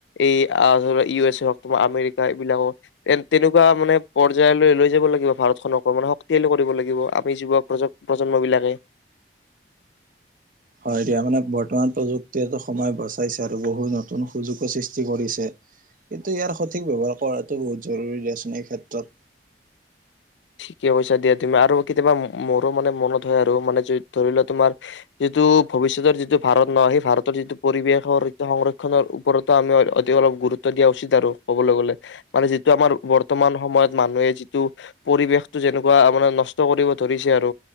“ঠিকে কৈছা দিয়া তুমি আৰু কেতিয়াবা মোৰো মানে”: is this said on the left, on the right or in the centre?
Left